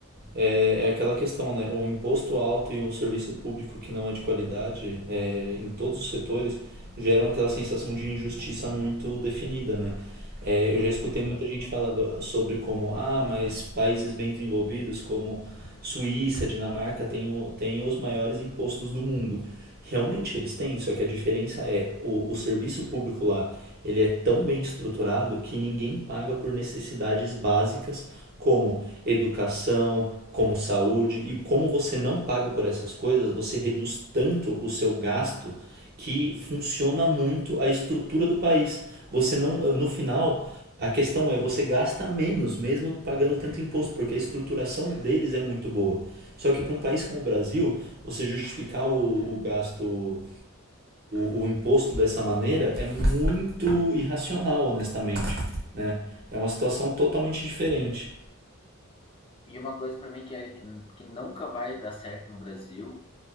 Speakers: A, on the right (about 45°); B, on the left (about 25°).
A: é, é aquela questão, né? O imposto alto e o serviço público que não é de qualidade, é, em todos os setores, geram aquela sensação de injustiça muito definida, né? É, eu já escutei muita
B: Exatamente.
A: gente falando sobre como, ah, mas países bem desenvolvidos como Suíça, Dinamarca têm, o- têm os maiores impostos do mundo. Realmente eles têm, só que a diferença é o, o serviço público lá ele é tão bem estruturado que ninguém paga por necessidades básicas como educação, como saúde e como você não paga por essas coisas, você reduz tanto o seu gasto que funciona muito a estrutura do país. Você não, no final, a questão é, você gasta menos, mesmo pagando tanto imposto, porque a estruturação deles é muito boa. Só que para um país como o Brasil, você justificar o, o gasto, o, o imposto dessa maneira é muito irracional, honestamente. Né? É uma situação totalmente diferente.
B: E uma coisa para mim que, é, que nunca vai dar certo no Brasil